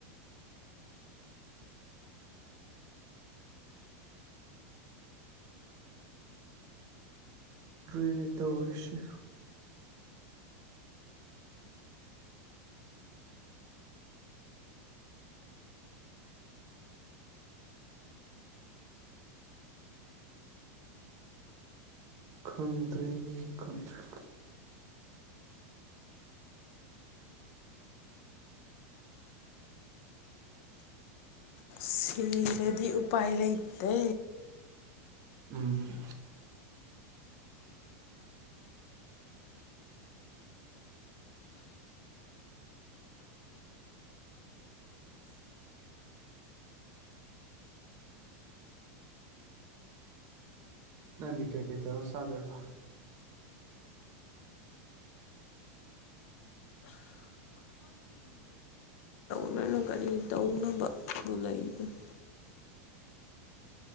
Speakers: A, on the right (about 45°); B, on the left (about 65°).
A: ꯗꯨꯅꯦ ꯇꯧꯔꯤꯁꯤ ꯈꯪꯗ꯭ꯔꯦꯅꯦ ꯈꯪꯗ꯭ꯔꯦ
B: ꯁꯤꯔꯗꯤ ꯎꯄꯥꯏ ꯂꯩꯇꯦ
A: ꯎꯝ ꯅꯪꯗꯤ ꯀꯩ ꯀꯩ ꯇꯧꯔꯒ ꯆꯥꯗꯣꯏꯕ
B: ꯂꯣꯏꯅ ꯀꯔꯤ ꯇꯧꯅꯕꯕꯨ ꯂꯩꯕꯅꯣ